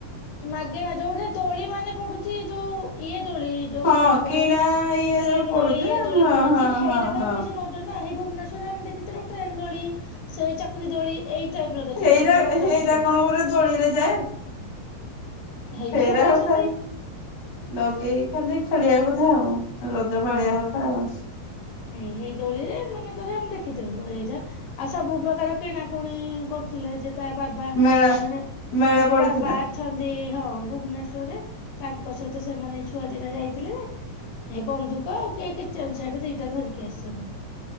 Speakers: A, on the left; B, on the left.
A: ମାଗେ ଯୋଉଠା ତୋଳି ମାନେ ପଡୁ ଯଉ ଇଏ ଦୋଳି ଯୋଉ
B: ହଁ
A: ମାନଙ୍କର
B: କିଣା ଇଏ
A: ଟ୍ରେନ୍
B: ଯୋଉ ପଡୁଛି
A: ଦୋଳି ଏ ଦୋଳି
B: ହଁ
A: ପଡୁଛି
B: ହଁ
A: ଏଇଟାକରେ
B: ହଁ ହଁ।
A: ପଇସା ନଉଛନ୍ତି ଭୁନେଶ୍ବରରେ ଆମେ ଦେଖିଥିଲୁ ଟ୍ରେନ ଦୋଳି ସେ ଚକ୍ରି ଦୋଳି ଏଇ ଟାଇପ ର ଦେଖିଥିଲୁ
B: ଏଇଟା
A: ସବୁ ରଜ
B: ହେଇଟା
A: ମହୋତ୍ସବ
B: କଣ ଉପରେ ଦୋଳିରେ ଯାଏ
A: ହେଇଟା
B: ଫେର
A: ଲଗେଇଛନ୍ତି
B: ଆଉ ଖରେ ଲଗେଇ ଖାଲି ଖେଳିବା କଥା ଆଉ ରଜ ପାଳିଆ
A: ହଁ
B: କଥା ଆଉ
A: ହେଇ ହେଇ ଦୋଳିରେ ମନେକର ଆମେ ଦେଖିଥିଲୁୁ ଏଇଟା ଆଉ ସବୁ ପ୍ରକାର କିଣାକୁଣି କରୁଥିଲେ ଯେ ତା ବାବା
B: ମେଳା
A: ଜଣେ
B: ମେଳା
A: ଜଣେ
B: ପଡିଥିଲା
A: ବାବା ଅଛନ୍ତି ହଁ ଭୁବନେଶ୍ଵରରେ ତାଙ୍କ ସହିତ ସେମାନେ ଛୁଆ ଦିଟା ଯାଇଥିଲେ ଯେ <unintelligible> ବନ୍ଧୁକ ଆଉ କିଏ କିଚେନ୍ ସେଟ୍ ଦିଟା ଧରିକି ଆସିଛନ୍ତି